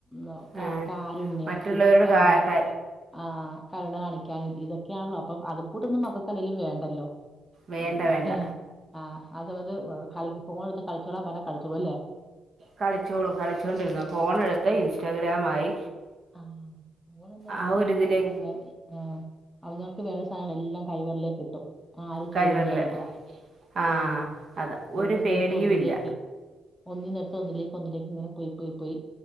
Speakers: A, in the centre; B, on the right.
A: മ്
B: ആഹ്
A: കാ കാ രുണ്യം
B: മറ്റുള്ളവരോട്
A: ഇതൊക്കെ
B: കാ
A: ആം
B: ക
A: ആഹ് കരുണ കാണിക്കാന് ഇതൊക്കെയാണല്ലോ അപ്പൊ അത് ഫൂട്ടൊന്നും മക്കക്കല്ലേലും വേണ്ടല്ലോ
B: വേണ്ട
A: ഏ
B: വേണ്ട
A: ഹേ ആഹ് അതവത് അ കളി ഫോണെടുത്ത് കളിച്ചോളാ പറഞ്ഞ കളിച്ചോളു അല്ലേ
B: കളിച്ചോളും കളിച്ചോണ്ടിരുന്നു ഫോണെടുത്താ ഇൻസ്റ്റാഗ്രാമായി
A: അ ഓനൊന്ന്
B: ആ
A: ഇട്ത്തയ്ഞാപ്പോന്റെ
B: ഒരിതിലേ
A: ആ അവനവർക്ക് വേണ്ട സാധനങ്ങള് എല്ലാം കൈവെരലേ കിട്ടും ആരും
B: കൈവരല്
A: ചോദ്യം ചെയ്യാനില്ല
B: ആഹ്
A: ആ
B: അതാ ഒരു
A: ഒന്നിനിട്ത്ത്
B: പേടിയും
A: ഒന്നിലേക്ക്
B: ഇല്ല
A: ഒന്നിനെ ത്തൊന്നിലേക്ക് ഒന്നിലേക്ക് ങ്ങനെ പോയി പോയി പോയി